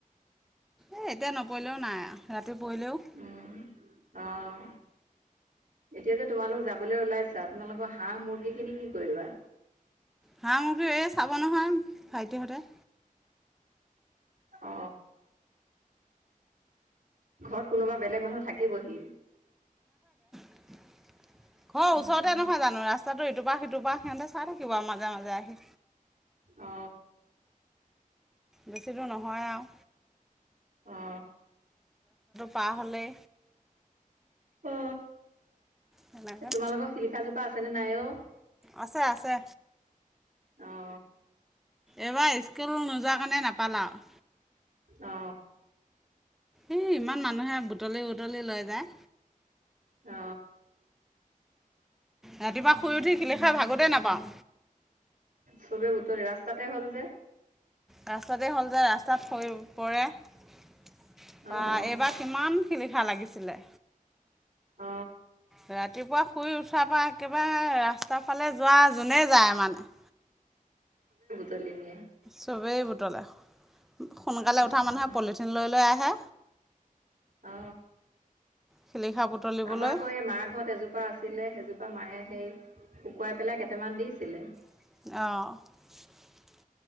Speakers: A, in the centre; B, on the right.
A: এই এতিয়া নপৰিলেও নাই ৰাতি পৰিলেও
B: উম, অ'। এতিয়া যে তোমালোক যাবলৈ ওলাইছা তোমালোকৰ হাঁহ মুৰ্গী খিনি কি কৰিবা
A: হাঁহ মুৰ্গী চাব ব নহয় ভাইটি হটে
B: অ ঘৰত কোনোবা বেলেগ মানুহ থাকিবহি
A: ঘৰ
B: উম,
A: ওচৰতে নহয় জানো ৰা ইটোপাৰ সিটোৰ পৰা সিহঁতে চাই থাকিব আৰু মাজে মাজে আহি
B: অ
A: বেছি দুৰ নহয় আও
B: অ
A: পা হ'লে
B: অ
A: তেনেকৈ
B: তোমালোকৰ শিলিখাজোপা আছে নে নাই অ
A: আছে আছে
B: অ
A: এইবাৰ স্কুল নোযোৱা কাৰণে নাপালাও
B: অ
A: ই ইমান মানুহে বুটলি বুটলি লৈ যায়।
B: অ
A: ৰাতিপুৱা শুই উঠি শিলিখা ভাগতেই নাপাওঁ।
B: চবে বোটলে ৰাস্তাতে হ'ল যে
A: ৰাস্তাতে হ'ল যে ৰাস্তাত থ বা
B: অ'।
A: এইবাৰ কিমান শিলিখা লাগিছিলে।
B: অ
A: ৰাতিপুৱা শুই উঠাৰ পৰা একেবাৰে ৰাস্তাৰ ফালে যোৱা যোনে যায় মানে <inaudible>
B: তলিনে
A: চবেই বুটলে সোনকালে
B: উম,
A: উঠা মানুহে পলিথিন লৈ-লৈ আহে।
B: অ
A: শিলিখা বুটলিবলৈ
B: আমাৰ আকৌ এই মাৰ ঘৰত এজোপা আছিলে। সেইজোপা মায়ে সেই শুকুৱাই পেলাই কেইটামান দিছিলে।
A: অ